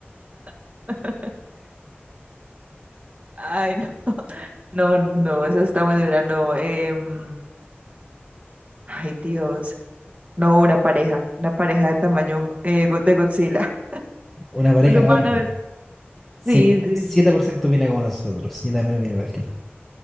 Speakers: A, on the right (about 30°); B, in the centre.
A: <laughs> Ay, no, no, no, esa está muy dura, no. em, ay, Dios. No, una pareja, una pareja de tamaño eh, go- de Godzilla. <laughs>
B: Una pareja
A: Un humano
B: no ver
A: de-
B: cincuenta
A: Sí, sí,
B: y siete
A: sí.
B: por ciento opina como nosotros. Yo también opino igual que tú.